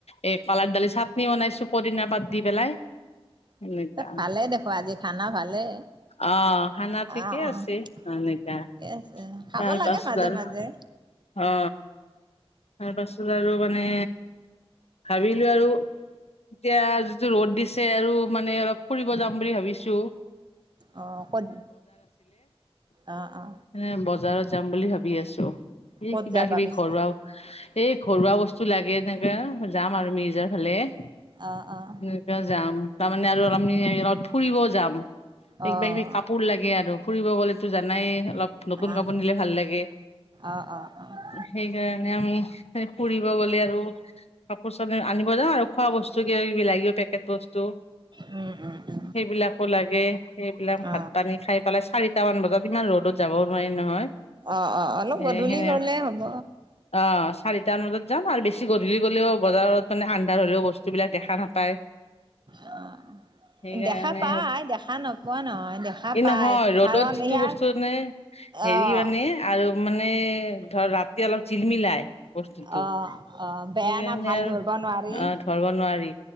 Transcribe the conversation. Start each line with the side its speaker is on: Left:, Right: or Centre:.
Left: এ কলাৰ দালি চাটনি বনাইছোঁ পদিনা পাত দি পেলাই। নেযাওঁ
Right: ভালে দেখো আজি খানা ভালে
Left: অ। খানা
Right: অ',
Left: ঠিকে
Right: অ',
Left: আছে এনেকা
Right: ঠিকে আছে খাব
Left: তাৰপাছত
Right: লাগে মাজে
Left: আৰু
Right: মাজে
Left: অ তাৰপাছত আৰু মানে ভাবিলো আৰু এতিয়া যিটো ৰ'দ দিছে আৰু মানে অলপ ফুৰিব যাম বুলি ভাবিছো?
Right: অহ ক'ত? অ অ।
Left: এনে বজাৰত যাম বুলি ভাবি আছো? এই
Right: ক'ত
Left: কিবা
Right: যাবা
Left: কিবি
Right: পিছে
Left: ঘৰুৱা এই ঘৰুৱা বস্তু লাগে তেনেকে যাম আৰু। মিৰ্জাৰ ফালে উম।
Right: অ', অ',
Left: কিয় যাম তাৰমানে আৰু আমি ফুৰিব যাম,
Right: অ',
Left: কিবা - কিবি কাপোৰ লাগে আৰু। ফুৰিব গলেতো জানাই অলপ নতুন
Right: আহ
Left: কাপোৰ পিন্ধিলে ভাল লাগে।
Right: অ', অ', অ',
Left: সেইকাৰণে আমি হে ফুৰিব গ'লে আৰু কাপোৰ আনিব যাওঁ আৰু খোৱা বস্তু কিবা-কিবি লাগিব পেকেট বস্তু।
Right: উম, উম। উম,
Left: সেইবিলাকো লাগে সেইবিলাক ভাত
Right: অ',
Left: পানী খাই পেলাই চাৰিটামান বজাত ইমান ৰ'দত যাবও নোৱাৰি নহয়?
Right: অ অ অলপ
Left: এ
Right: গধূলি
Left: সেনে
Right: গলে হ'ব।
Left: অ চাৰিটামান বজাত যাম আৰু বেছি গধূলি গলেও বজাৰত মানে আন্ধাৰ হলেও বস্তুবিলাক দেখা নাপায়।
Right: আহ।
Left: সেইকাৰণে
Right: দেখা পায়, দেখা নোপোৱা নহয় দেখা
Left: এই
Right: পায়
Left: নহয় ৰ'দত
Right: কাৰণ
Left: যিটো
Right: ইয়াৰ
Left: বস্তু মানে হেৰি
Right: অ',
Left: মানে আৰু মানে ধৰ ৰাতি অলপ জিলমিলাই। বস্তুটো।
Right: অ', অ', বেয়া
Left: সেইকাৰণে
Right: না ভাল
Left: আৰু
Right: ধৰিব নোৱাৰি
Left: অ ধৰব নোৱাৰি,